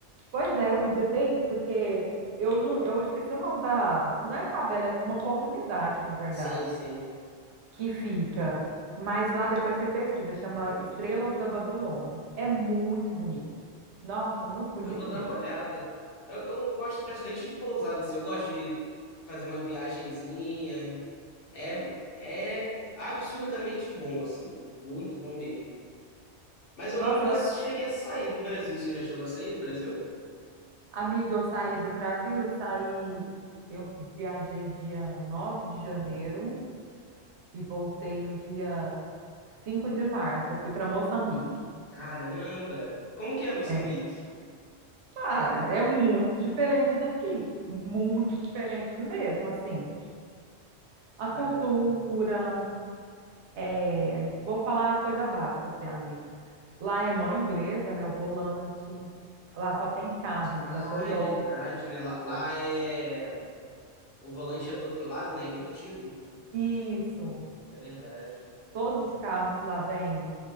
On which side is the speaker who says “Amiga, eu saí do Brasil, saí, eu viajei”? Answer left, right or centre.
Right